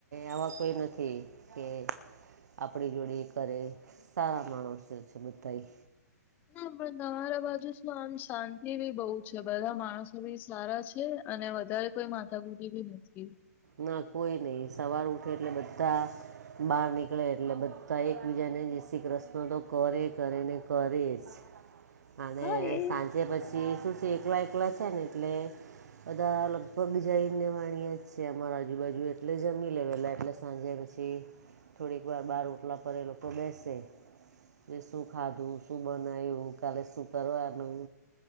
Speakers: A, on the right; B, on the left.
A: આવા કોઈ નથી કે આપણી જોડીયે કરે સારા માણસો છે બધાઈ
B: ના પણ તમારા બાજુ શું આમ શાંતિ બી બહુ છે બધા માણસો બી સારા છે અને વધારે કોઈ માથા ફૂટી ભી નથી.
A: ના કોઈ નહિ સવાર ઉઠે એટલે બધા બહાર નીકળે એટલે બધા એકબીજાને જય શ્રી કૃષ્ણા તો કરે કરે ને કરે જ.
B: <unintelligible>
A: અને
B: એ
A: સાંજે પછી જે શું છે એકલા એકલા છે ને એટલે બધા લગભગ જઈને વાણીએ છે અમારા આજુબાજુ એટલે જમી લેવાલા એટલે સાંજે પછી થોડીક વાર બહાર ઓટલા પર એ લોકો બેસે. કે શું ખાધું શું બનાવ્યું કાલે શું કરવાનું